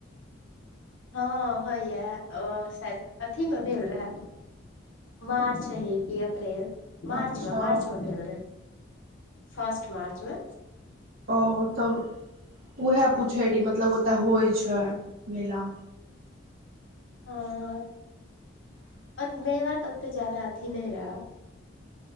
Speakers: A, on the left; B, on the right.
A: हाँ होइया, ओ शायद अथीमे भेल रहा। मार्च रही कि अप्रैल? मार्चमे-मार्चमे
B: अच्छा
A: भेल रहै <inaudible> फर्स्ट मार्चमे?
B: ओ तब उहे पुछै रही मतलब ओत होइ छै मेला?
A: हाँ अत मेला त ओते जादा अथी नै रह